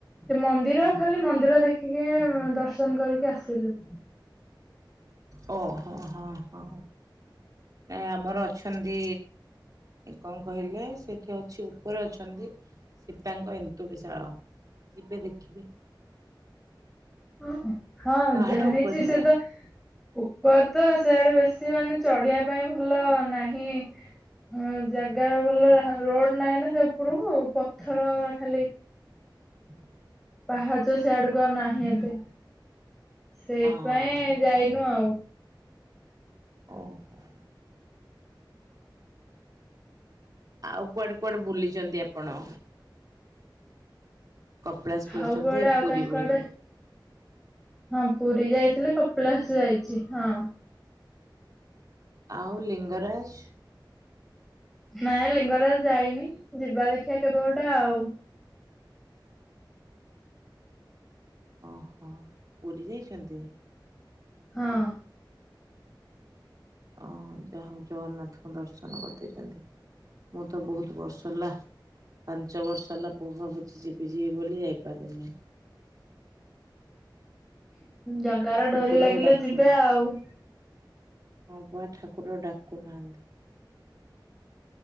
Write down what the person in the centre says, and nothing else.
ସେ ମନ୍ଦିର ଖାଲି ମନ୍ଦିର ଦେଖ ଖିକି ଦର୍ଶନ କରିକି ଆସିଲୁ।
ହଁ ହଁ
ଜାଣିଛି
ସେ
ତ ଉପର ତ ସେଆଡେ ବେଶୀ ମାନେ ଚଢିବା ପାଇଁ ଭଲ ନାହିଁ ଉଁ ଜାଗା ଭଲ ରା ରୋଡ଼ ନାହିଁ ନା ସେ ଉପରକୁ ପଥରଉରା ଖାଲି
ପାହାଚ ସେ ଆଡ଼କୁ ଆଉ ନାହିଁ ଏତେ ସେଇଥିପାଇଁ
ଯାଇନୁ ଆଉ।
ଆଉ କୁଆଡ଼େ ଆଉ
କାହିଁ
କୁଆଡ଼େ ହଁ ପୁରୀ ଯାଇଥିଲେ କପିଳାସ ଯାଇଛି ହଁ।
ନାଇଁ ଲିଙ୍ଗରାଜ ଯାଇନି ଯିବା ଦେଖିବା କେବେ ଗୋଟେ ଆଉ।
ହଁ।
ଜଗାର
ଡ଼ୋରି ଲାଗିଲେ
ଯିବେ ଆଉ।